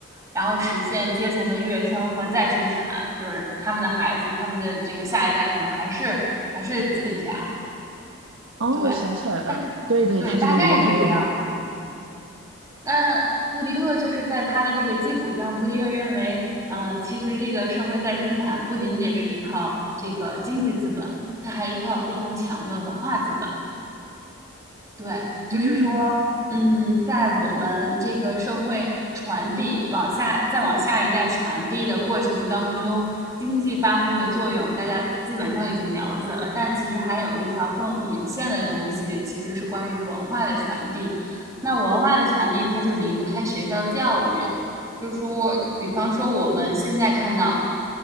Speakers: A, on the right (about 15°); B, on the right (about 75°).
A: 然后实现阶层的跃升和再生产，就是他们的孩子，他们的这个下一代可能还是还是资本家，
B: 哦，
A: 对，
B: 我想起来了，
A: 大对大概是这样。
B: 对对，他这个理论很有名。
A: 那布迪厄就是在他的这个基础上，布迪厄认为，呃，其实这个社会再生产不仅仅是依靠这个经济资本，它还依靠非常强的文化资本。对，就是说，
B: 嗯。
A: 嗯，在我们这个社会传递往下，再往下一代传递的过程当中，经济发挥的作用，大家基本上已经了解了。但其实还有一条更隐线的东西，其实是关于文化的传递。那文化的传递，它就离不开学校教育。就是说，比方说我们现在看到